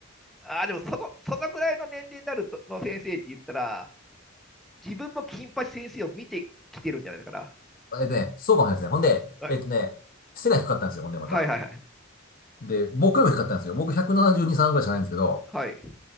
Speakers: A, in the centre; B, on the left (about 45°).
A: あー、でもその、そのぐらいの年齢になるとの先生って言ったら、自分も金八先生を見てきてるんじゃないかな。
B: えっとね、そうかもしれないですね。ほんで、
A: はい、
B: えっとね、背が低かったんですよ、ほんでまた。
A: はいはいはい、
B: で、僕よりも低かったんですよ。僕172、3ぐらいしかないんですけど、
A: はい。